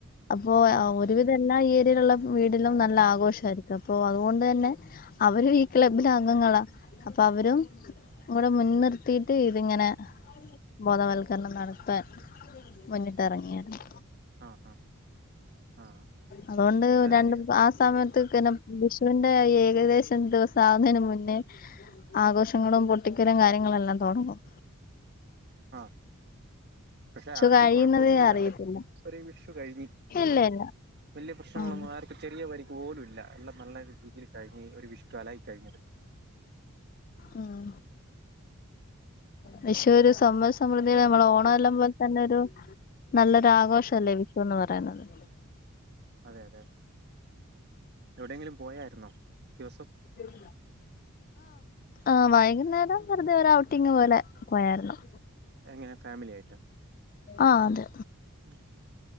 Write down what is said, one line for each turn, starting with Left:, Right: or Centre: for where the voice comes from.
Left: അപ്പൊ
Right: ആ
Left: ഒരുവിധം എല്ലാ ഈ ഉള്ള വീടിലും നല്ല ആഘോഷമായിരിക്കും. അപ്പൊ അതുകൊണ്ട് തന്നെ അവരും ഈ ക്ലബിലെ അംഗങ്ങളാ. അപ്പൊ അവരും കൂടെ മുൻ നിർത്തിയിട്ട് ഇതിങ്ങനെ ബോധവൽ കരണം നടത്താൻ മുന്നിട്ടെറങ്ങിയാരുന്നു.
Right: ആ ആ ആ ആ
Left: അതുകൊണ്ട്
Right: നല്ല
Left: രണ്ടും
Right: കാര്യം
Left: ആ സമയ <unintelligible> വിഷുവിന്റെ ഏകദേശം ദിവസം ആവുന്നതിന് മുന്നേ ആഘോഷങ്ങളും പൊട്ടിക്കലും കാര്യങ്ങളെല്ലാം തൊടങ്ങും.
Right: ആ പക്ഷെ ആർക്കും
Left: കഴിയുന്നതേ
Right: കുഴപ്പൊന്നുല്ലാണ്ട്
Left: അറിയത്തില്ല
Right: ഒരു വിഷു. കഴിഞ്ഞ്
Left: ഇല്ല ഇല്ല
Right: വലിയ പ്രശ്നങ്ങളൊന്നും
Left: ഉം
Right: ആർക്കും ചെറിയ പരിക്ക് പോലും ഇല്ല എല്ലാം നല്ല രീതിയിൽ. കഴിഞ്ഞ് ഒരു വിഷുകാലായി കഴിഞ്ഞത്.
Left: ഉം വിഷു ഒരു സം സമൃദ്ധിയുടെ
Right: അവിടെ
Left: നമ്മള് ഓണല്ലാം പോലെ തന്നെ ഒരു നല്ലൊരു ആഘോഷല്ലേ വിഷു. ന്ന് പറയുന്നത്.
Right: അതെ അതെ എവിടെയെങ്കിലും പോയായിരുന്നോ ദിവസം.
Left: ഇല്ല ആ വൈകുന്നേരം വെറുതെ ഒരു ഔട്ടിംങ്ങ് പോലെ പോയായിരുന്നു.
Right: എങ്ങനെ ഫാമിലി ആയിട്ടാ.
Left: ആ അതെ.
Right: ഉം